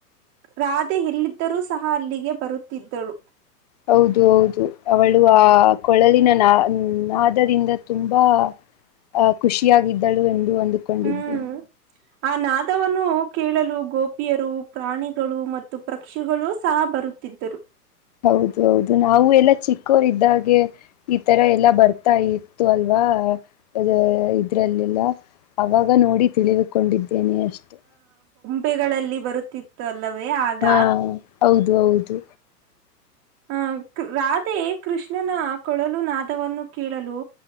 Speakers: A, on the right (about 25°); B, on the left (about 30°).
A: ರಾಧೆ ಇಲ್ಲಿದ್ದರೂ ಸಹ ಅಲ್ಲಿಗೆ ಬರುತ್ತಿದ್ದಳು
B: ಹೌದು ಹೌದು ಅವಳ ಕೊಳಲಿನ ನಾ ನಾದರಿಂದ ತುಂಬಾ ಅಹ ಖುಷಿಯಾಗಿದ್ದಳು ಎಂದು ಅಂದುಕೊಂಡಿದ್ದೇನೆ.
A: ಹ್ಮ್ ಆ ನಾದವನ್ನು ಕೇಳಲು ಗೋಪಿಯರು ಪ್ರಾಣಿಗಳು ಮತ್ತು ಪಕ್ಷಿಗಳು ಸಹ ಬರುತ್ತ ಿದ್ದರು
B: ಹೌದ ಹೌದು ನಾವು ಎಲ್ಲ ಚಿಕ್ಕ ೋರ್ ಇದ್ದಾಗೆ ಈ ತರ ಎಲ್ಲ ಬರ್ತಾ ಇತ್ತು ಅಲ್ವಾ ಅ ಇದ್ರಲ್ಲಿ ಇಲ್ಲ ಅವಾಗ ನೋಡಿ ತಿಳಿದುಕೊಂಡಿದ್ದೇನೆ ಅಷ್ಟೆ
A: ಪೆಗಳಲ್ಲಿ ಬರುತ್ತಿತ್ತು ಅಲ್ಲವೇ ಆಗ
B: ಹಾ ಹೌದು ಹೌದು
A: ಅ ರಾಧೆ ಕೃಷ್ಣನ ಕೊಳಲು ನಾದವನ್ನು ಕೇಳಲು